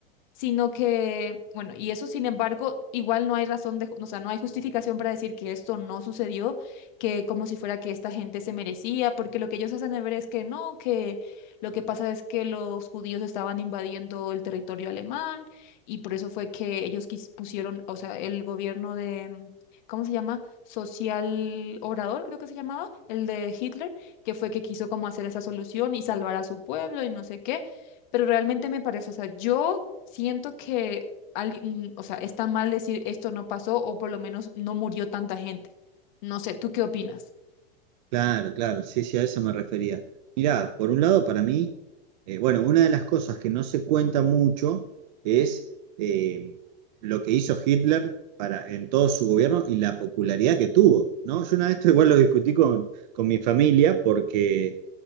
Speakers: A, on the left (about 50°); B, on the right (about 50°).
A: sino que, bueno, y eso sin embargo, igual no hay razón de, ju- o sea, no hay justificación para decir que esto no sucedió, que como si fuera que esta gente se merecía, porque lo que ellos hacen de ver es que no, que lo que pasa es que los judíos estaban invadiendo el territorio alemán y por eso fue que ellos quis- pusieron, o sea, el gobierno de... mm, ¿Cómo se llama? Social Obrador, creo que se llamaba, el de Hitler, que fue que quiso como hacer esa solución y salvar a su pueblo y no sé qué pero realmente me parece, o sea, yo siento que alguien, o sea, está mal decir esto no pasó o por lo menos no murió tanta gente. No sé, ¿tú qué opinas?
B: Claro, claro, sí, sí, a eso me refería. Mirá, por un lado, para mí, eh, bueno, una de las cosas que no se cuenta mucho es eh, lo que hizo Hitler para, en todo su gobierno y la popularidad que tuvo, ¿no? Yo una vez esto igual lo discutí con, con mi familia porque,